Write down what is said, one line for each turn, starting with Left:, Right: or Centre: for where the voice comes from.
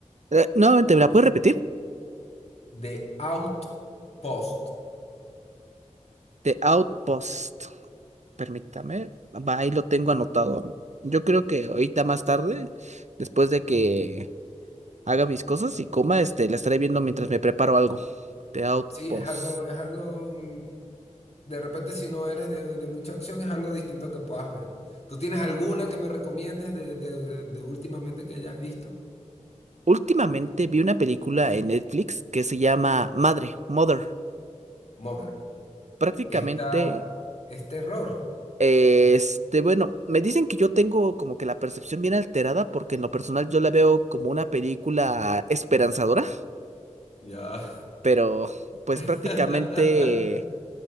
Right: Eh, nuevamente, ¿me la puedes repetir?
Left: The Outpost.
Right: The Outpost. Permítame. Va, ahí lo tengo anotado. Yo creo que ahorita más tarde, después de que haga mis cosas y coma, este, la estaré viendo mientras me preparo algo. The Outpost.
Left: Sí, es algo, es algo mm, De repente, si no eres de, de mucha acción, es algo distinto que puedas ver. ¿Tú tienes alguna que me recomiendes de, de- de últimamente que hayas visto?
Right: Últimamente vi una película en Netflix que se llama Madre, Mother.
Left: Mother.
Right: Prácticamente,
Left: Esta es terror.
Right: este, bueno, me dicen que yo tengo como que la percepción bien alterada porque en lo personal yo la veo como una película esperanzadora,
Left: Ya.
Right: pero pues
Left: <laughs>
Right: prácticamente